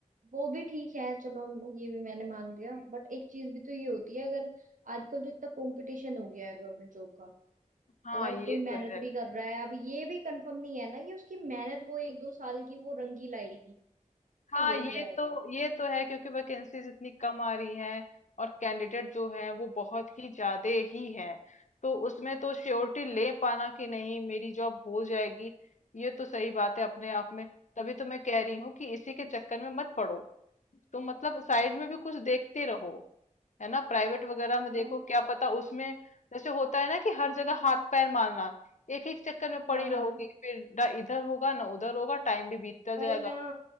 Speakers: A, on the right (about 75°); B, on the left (about 65°).
A: वो भी ठीक है चलो ये भी मैंने मान लिया
B: हम्म।
A: बट एक चीज भी तो ये होती है अगर आजकल तो इतना कंपटीशन हो गया है गवर्नमेंट जॉब का
B: हाँ
A: अगर
B: ये
A: कोई मेहनत
B: तो है
A: भी कर रहा है अब ये भी कंफर्म नहीं है ना कि उसकी मेहनत वो एक दो साल की वो रंगी लाएगी
B: हाँ
A: तो हो
B: ये
A: ही जाएगा
B: तो ये तो है क्योंकि वैकेंसीज इतनी कम आ रही हैं और कैंडिडेट जो हैं वो बहुत ही ज्यादा ही हैं तो उसमें तो श्योरिटी ले पाना कि नहीं मेरी जॉब हो जाएगी ये तो सही बात है अपने आप में तभी तो मैं कह रही हूँ कि इसी के चक्कर में मत पड़ो तुम मतलब साइड में भी कुछ देखते रहो है ना प्राइवेट वगैरह
A: हाँ
B: में देखो क्या पता उसमें जैसे होता है ना कि हर जगह हाथ पैर मारना एक एक चक्कर में पड़ी
A: हाँ हाँ
B: रहोगी फिर ना इधर होगा ना उधर होगा टाइम भी बीतता
A: वही
B: जाएगा
A: ना